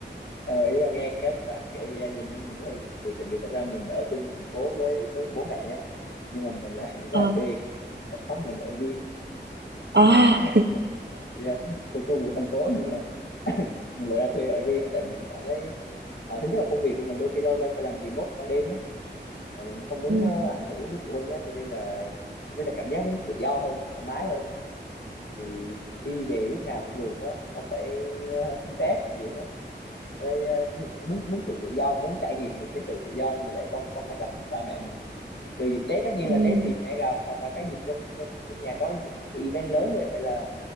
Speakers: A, on the left (about 70°); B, on the right (about 70°).
A: ờ ý là nghe cách bạn kể về gia đình em mình thấy hơi buồn cười tại vì thật ra mình ở chung thành phố với với bố mẹ nhé nhưng mà mình lại ra
B: Ờ,
A: thuê ở phòng mình ở riêng
B: à,
A: <laughs> Ờ, dạ cùng cùng một thành phố nhưng mà mình lại ra thuê ở riêng tại mình cảm thấy ờ, thứ nhất là công việc của mình đôi khi lâu lâu phải làm remote ban đêm á và mình cũng không muốn
B: ừm,
A: ờ, ảnh hưởng đến phụ huynh á cho nên là với là cảm giác muốn tự do hơn thoải mái hơn á. thì đi về lúc nào cũng được á không phải ờ, xin phép kiểu thế với ờ, cái nhục- muốn muốn sự tự do muốn trải nghiệm được cái sự tự do nên mình lại không không hay gặp ba mẹ mình trừ dịp Tết tất nhiên
B: ừm,
A: là Tết thì sẽ gặp hoặc là cái dịp trong trong trong nhà có những cái event lớn như vậy là